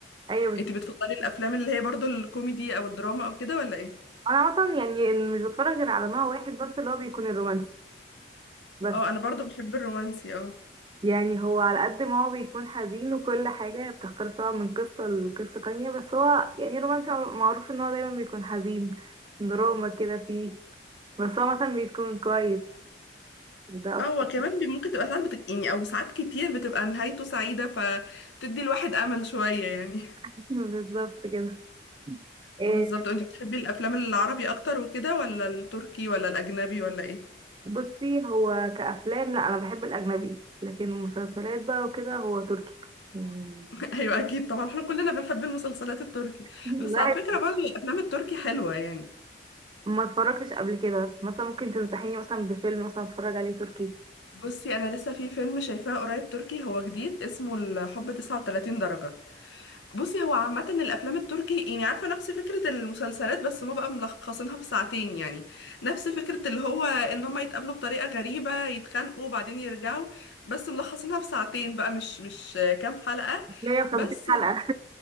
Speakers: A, on the right; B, on the left.
A: ايوه
B: انت بتفضلي الافلام اللي هي برضو الكوميدي او الدراما او كده ولا ايه
A: انا عامة يعني مش بتفرج غير على نوع واحد بس اللي هو بيكون الرومانسي بس
B: اه انا برضو بحب الرومانسي اه
A: يعني هو على قد ما هو بيكون حزين وكل حاجة بتختلف طبعا من قصة لقصة تانية بس هو يعني الرومانسي معروف ان هو دايما بيكون حزين دراما كده فيه بس هو مثلا بيكون كويس ده اكتر
B: اه وكمان بي- ممكن تبقى ساعات بتك... يعني او ساعات كتير بتبقى نهايته سعيده فبتدي الواحد امل شويه يعني <laughs>
A: <laughs> بالظبط كده إيه
B: بالظبط انت بتحبي الافلام العربي اكتر وكده ولا التركي ولا الاجنبي ولا ايه
A: بصي هو كأفلام لا انا بحب الأجنبي لكن المسلسلات بقى وكده هو تركي يعني
B: <laughs> ايوه اكيد طبعا احنا كلنا بنحب المسلسلات التركي
A: <laughs> الواحد
B: بس على فكره برضه الافلام التركي حلوه يعني
A: ما اتفرجتش قبل كده مثلا ممكن تنصحيني مثلا بفيلم مثلا اتفرج عليه تركي
B: بصي انا لسه في فيلم شايفاه قريب تركي هو جديد اسمه الحب 39 درجه بصي هو عامة الأفلام التركي يعني عارفة نفس فكرة المسلسلات بس ما بقى ملخصينها بساعتين يعني نفس فكرة اللي هو إن هما يتقابلوا بطريقة غريبة يتخانقوا وبعدين يرجعوا بس ملخصينها بساعتين بقى مش مش كام حلقة
A: 150
B: بس
A: حلقة